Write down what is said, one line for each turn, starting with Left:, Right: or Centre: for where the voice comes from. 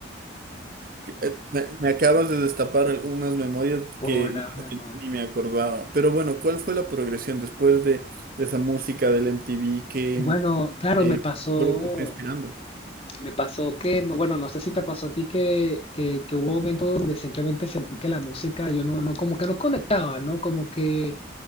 Right: que- eh, Me, me acabas de destapar algunas memorias
Left: Hola,
Right: que, de
Left: mi
Right: las
Left: amor.
Right: que ni me acordaba. Pero bueno, ¿cuál fue la progresión después de, de esa música del MTV que,
Left: Bueno, claro,
Right: eh,
Left: me pasó
Right: que fue lo que te fue inspirando?
Left: Me pasó que, no, bueno, no sé si te pasó a ti que, que, que hubo momentos donde simplemente sentí que la música, yo no, no, como que no conectaba, ¿no? Como que